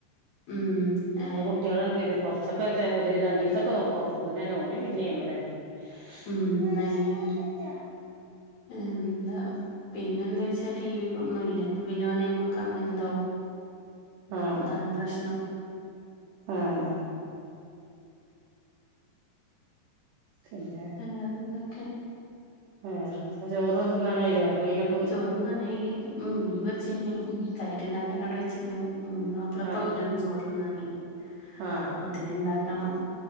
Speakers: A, on the left; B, on the right.
A: ഉം
B: പിന്നെ
A: ഏ,
B: കുട്യളാണ് വര്ണ കൊറച്ചൊക്കെ ഒര് ര ര രണ്ടീസൊക്കെ നോക്കു അപ്പൊപ്പിന്നെ ന്നെ ഓല് പിന്നേം അങ്ങനെന്നെ
A: ഉം,
B: മ്മച്യേ
A: ഞാൻ
B: ങ്ങളെ <unintelligible>
A: എന്താ പിന്നെന്താച്ചാ ടി വി ഒന്നുല്ല അപ്പ പിന്നെ ഓനൈമക്ക് അങ്ങനിതാവും
B: ആഹ്
A: എന്താണ് പ്രശ്നം
B: ആഹ് പിന്നെ
A: ആ പിന്നൊക്കെ
B: വേറെന്താ ചോറ് തിന്നാനായിലെ മീനൊക്
A: ചോറ്ന്നാനായി ഉം മീൻ പൊര്ച്ചയ്ഞ്ഞ് തൈരണ്ടാക്കാനവ്ടെ വെച്ച്ക്ണ് ഉം മാപ്ലപ്പോ
B: ആഹ്
A: വരും ചോറ്ന്നാന്
B: ആഹ്
A: അപ്പോത്ത്ന്ണ്ടാക്കണം